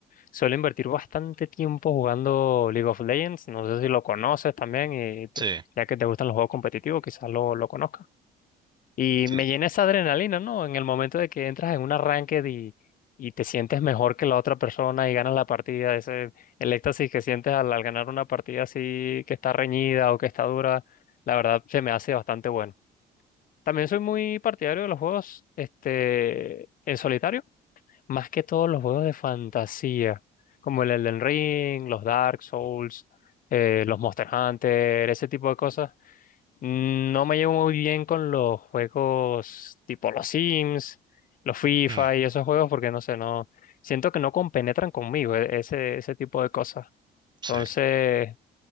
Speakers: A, on the left; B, on the right.
A: Suelo invertir bastante tiempo jugando League of Legends. No sé si lo conoces también, y te-
B: Sí,
A: ya que te gustan los juegos competitivos, quizás lo, lo conozcas. Y
B: sí,
A: me llena esa adrenalina, ¿no? En el momento de que entras en un arranque y, y te sientes mejor que la otra persona y ganas la partida, ese, el éxtasis que sientes al, al ganar una partida así que está reñida o que está dura, la verdad se me hace bastante bueno. También soy muy partidario de los juegos este, en solitario, más que todos los juegos de fantasía, como el Elden Ring, los Dark Souls, eh, los Monster Hunter, ese tipo de cosas Mm, No me llevo muy bien con los juegos tipo los Sims, los FIFA
B: <clears throat>
A: y esos juegos porque no sé, no siento que no compenetran conmigo e- ese, ese tipo de cosas. Entonces,
B: sí.